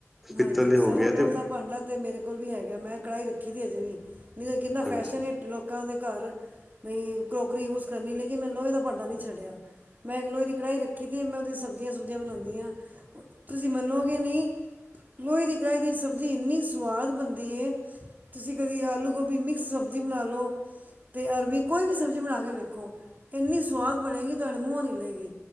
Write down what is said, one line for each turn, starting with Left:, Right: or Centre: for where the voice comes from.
Right: ਹਾਂਜੀ
Centre: ਪਿੱਤਲ ਦੇ
Right: ਸਰਵਲਓ
Centre: ਹੋ ਗਏ ਤੇ
Right: ਦਾ ਭਾਂਡਾ। ਅਤੇ ਮੇਰੇ ਕੋਲ ਵੀ ਹੈਗਾ ਮੈਂ ਕੜਾਹੀ ਰੱਖੀ ਦੀ ਅਜੇ ਵੀ ਨਹੀਂ ਤਾਂ ਕਿੰਨਾ
Centre: ਹਾਂਜੀ
Right: ਫੈਸ਼ਨ ਲੋਕ ਲੋਕਾਂ ਦੇ ਘਰ ਬਈ ਕਰੋਕਰੀ ਯੂਜ ਕਰਨੀ ਲੇਕਿਨ ਮੈਨੂੰ ਵੀ ਤਾਂ ਭਾਂਡਾ ਨੀ ਛੱਡਿਆ ਮੈਂ ਇਕ ਲੋਹੇ ਦੀ ਕੜਾਈ ਰੱਖੀ ਦੀ ਮੈਂ ਉਦੇ ਚ ਸਬਜ਼ੀਆਂ ਸੁਬਜ਼ੀਆਂ ਬਣਾਦੀ ਹਾਂ। ਤੁਸੀਂ ਮੰਨੋਗੇ ਨਹੀਂ। ਲੋਏ ਦੀ ਕੜਾਹੀ ਦੇ ਵਿੱਚ ਸਬਜ਼ੀ ਇਨੀ ਸਵਾਦ ਬਣਦੀ ਏ ਤੁਸੀਂ ਕਦੀ ਆਲੂ ਗੋਭੀ ਮਿਕਸ ਸਬਜ਼ੀ ਬਣਾ ਲਉ। ਤੇ ਅਰਬੀ ਕੋਈ ਵੀ ਸਬਜ਼ੀ ਬਣਾ ਕੇ ਵੇਖੋ ਇੰਨੀ ਸਵਾਦ ਬਣੇਗੀ ਤੁਹਾਡੇ ਮੂੰਹ ਨੀ ਲਏਗੀ।